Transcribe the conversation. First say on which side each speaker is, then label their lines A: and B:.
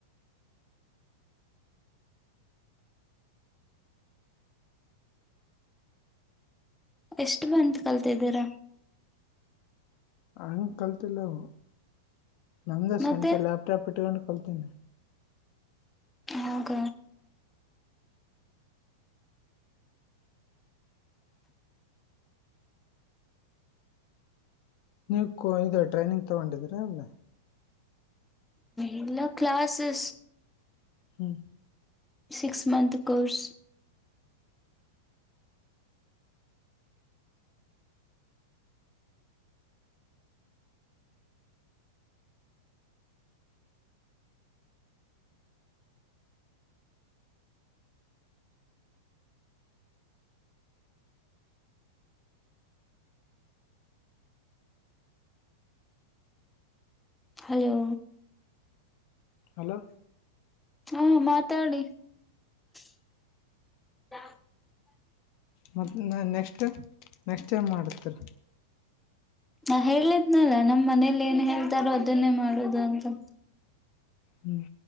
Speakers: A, in the centre; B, on the left (about 40°).
A: ಎಷ್ಟ ಬಂತ ಕಲ್ತಿದ್ದೀರ
B: ಹಂಗ ಕಲ್ತಿಲ್ಲವು ನಮ ಸ್ವಂತ
A: ಮತ್ತೆ
B: ಲ್ಯಾಪ್ಟಾಪ್ ಇಟ್ಕೊಂಡು ಕಲ್ತೀನಿ
A: ನಗ
B: ನೀವು ಇ ಟ್ರೈನಿಂಗ್ ತಗೊಂಡಿದೀರಾ ಅಲ್ದ
A: ಎಲ್ಲಾ ಕ್ಲಾಾಸಸ್
B: ಹ್ಮ್
A: six month course hello
B: hello
A: ಹಾ ಮಾತಾಡಿ ಹ
B: ಮತ್ತ ನೆಸ್ಟ್ ನೆಕ್ಸ್ಟ್ ಏಮ್ ಮಾಡತರ
A: ಹ ಹೇಳಿದ್ನಲ್ಲ ನಮ್ ಮನೇಲಿ ಏನ್ ಹೇಳ್ತಾರೋ ಅದನ್ನೇ ಮಾಡುದು ಅಂತ
B: ಹ್ಮ್